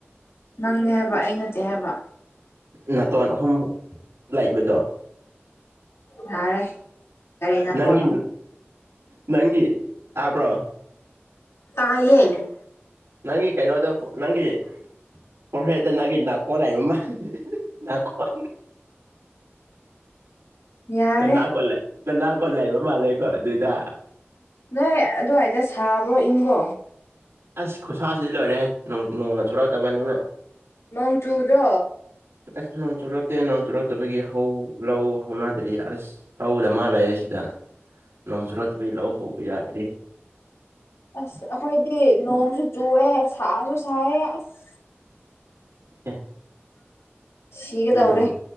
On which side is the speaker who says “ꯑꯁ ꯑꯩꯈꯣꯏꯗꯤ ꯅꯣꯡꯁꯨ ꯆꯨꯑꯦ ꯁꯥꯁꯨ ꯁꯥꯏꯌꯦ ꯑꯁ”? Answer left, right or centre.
Left